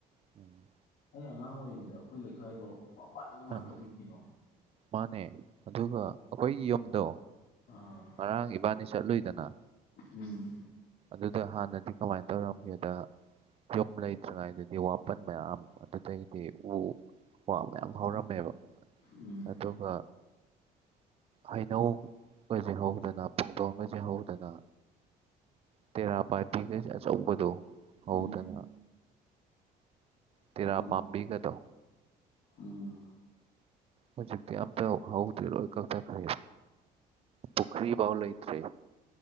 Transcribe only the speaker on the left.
ꯑꯩ ꯑꯉꯥꯡ ꯑꯣꯏꯔꯤꯉꯩꯗ ꯑꯩꯈꯣꯏ ꯂꯩꯀꯥꯏꯗꯣ ꯋꯥꯄꯟ ꯉꯥꯛꯇꯅꯤ
ꯀꯩꯅꯣ
ꯑꯥ
ꯎꯝ
ꯎꯝ
ꯎꯝ
ꯍꯣꯏ
ꯎꯝ